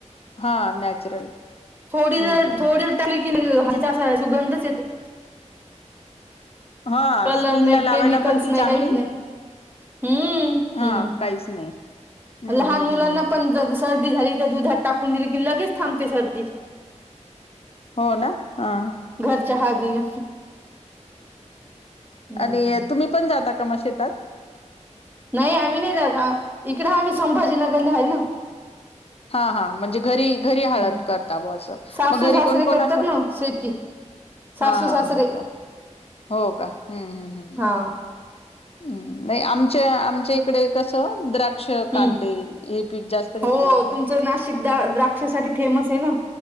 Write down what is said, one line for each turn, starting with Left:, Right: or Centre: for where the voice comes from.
Left: हा नॅचरल
Right: थोडी
Left: हम्म
Right: जर
Left: हम्म
Right: थोडी जर टाकली की नाही लगेच सुगंधच येतो.
Left: हा
Right: कलर
Left: स्किनला
Right: नाही
Left: लावायला
Right: केमिकल्स
Left: पण ती
Right: नाही
Left: चांगली
Right: काहीच नाही. हम्म
Left: हा
Right: हम्म
Left: काहीच नाही हम्म
Right: लहान
Left: हम्म
Right: मुलांना
Left: हम्म
Right: पण जर सर्दी झाली तर दुधात टाकून दिली की लगेच थांबते सर्दी.
Left: हो ना हा
Right: घरच्या हळदीने हम्म.
Left: आणि तुम्ही पण जाता का? का मग शेतात?
Right: नाही आम्ही नाही जात इकडं आम्ही संभाजीनगरला आहे ना
Left: हा हा म्हणजे घरी घरी हळद
Right: हम्म
Left: करता बर असं
Right: सासू
Left: मग घरी
Right: सासरे
Left: कोण कोण
Right: करतात
Left: असतं?
Right: ना शेती सासू
Left: हा हा
Right: सासरे
Left: हा हो का हम्म हम्म हम्म.
Right: हा
Left: हम्म नाही आमच्या आमच्या इकडे कसं द्राक्षे द्राक्षे कांदे
Right: हम्म
Left: हे पीक जास्त घेतलं
Right: हो
Left: जातं.
Right: तुमचं नाशिक दा द्राक्षासाठी फेमस आहे ना